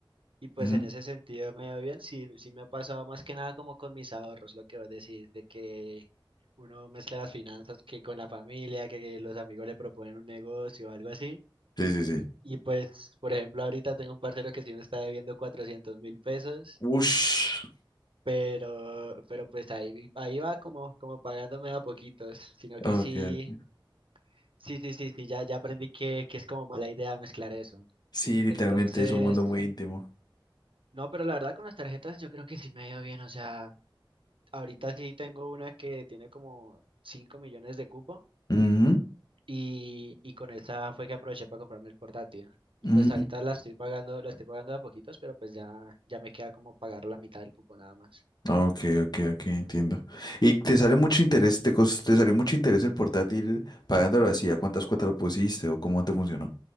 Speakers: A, on the right (about 80°); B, on the left (about 50°).
A: y pues
B: Ujú.
A: en ese sentido me va bien. Sí, sí me ha pasado más que nada como con mis ahorros, lo que vos decís, de que uno mezcla las finanzas que con la familia, que, que los amigos le proponen un negocio o algo así.
B: Sí, sí, sí.
A: Y pues, por ejemplo, ahorita tengo un parcero que sí me está debiendo cuatrocientos mil pesos.
B: Ush.
A: pero, pero pues ahí, ahí va como, como pagándome a poquitos, sino
B: Ok,
A: que sí,
B: ok.
A: sí, sí, sí, sí, ya, ya aprendí que, que es como mala idea mezclar eso.
B: Sí, literalmente
A: Entonces,
B: es un mundo muy íntimo.
A: no, pero la verdad con las tarjetas yo creo que sí me ha ido bien, o sea, ahorita sí tengo una que tiene como 5 millones de cupo
B: Ujú,
A: y, y con esa fue que aproveché para comprarme el portátil. Y
B: ujú.
A: pues ahorita la estoy pagando, la estoy pagando de a poquitos, pero pues ya, ya me queda como pagar la mitad del cupo nada más.
B: Ok, ok, ok, entiendo. ¿Y te sale mucho interés, te, cos- te salió mucho interés el portátil pagándolo así? ¿A cuántas cuotas lo pusiste o cómo te funcionó?